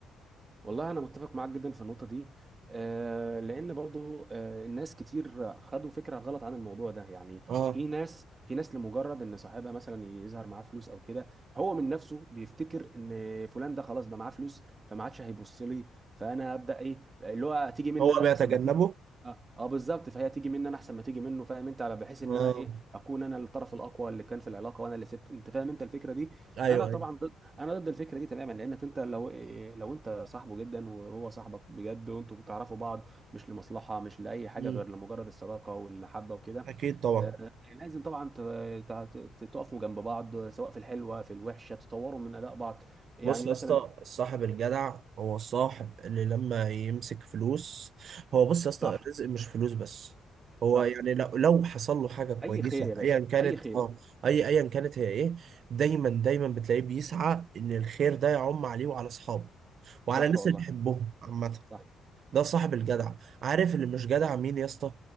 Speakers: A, on the right; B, on the right.
A: والله انا متفق معاك جدا في النقطه دي آه لان برضو آه الناس كتير خدوا فكره غلط عن الموضوع ده يعني
B: اه
A: في ناس في ناس لمجرد ان صاحبها مثلا يظهر معاه فلوس او كده هو من نفسه بيفتكر ان فلان ده خلاص بقى معاه فلوس فما عادش هيبص لي فانا ابدا ايه اللي هو تيجي مني
B: هو
A: انا
B: بيتجنبه
A: احسن ما تيجي اه, آه بالظبط فهي تيجي مني انا احسن ما تيجي منه فاهم انت على بحيث ان
B: اه
A: انا ايه اكون انا الطرف الاقوى اللي كان في العلاقه وانا اللي سبت انت فاهم انت الفكره دي
B: ايوه
A: انا طبعا
B: ايوه
A: انا ضد الفكره دي تماما لانك انت لو إيه، لو انت صاحبه جدا وهو صاحبك بجد وانتوا بتعرفوا بعض مش لمصلحه مش لاي حاجه
B: مم.
A: غير لمجرد الصداقه والمحبه وكده
B: اكيد طبعا
A: آه، لازم طبعا ت- ت- ت- تقفوا جنب بعض سواء في الحلوه في الوحشه تطوروا من اداء بعض يعني
B: بص يا
A: مثلا
B: اسطى الصاحب الجدع هو الصاحب اللي لما يمسك فلوس هو بص يا اسطى
A: صح
B: الرزق مش فلوس بس هو
A: صح
B: يعني لو لو حصل له حاجة كويسة
A: اي خير يا باشا
B: ايا كانت
A: اي خير
B: اه اي ايا كانت هي ايه دايما دايما بتلاقيه بيسعى ان الخير ده يعم عليه وعلى اصحابه وعلى
A: صح
B: الناس
A: والله
B: اللي بيحبهم عامة
A: صح
B: ده صاحب الجدع عارف اللي مش جدع مين يا اسطى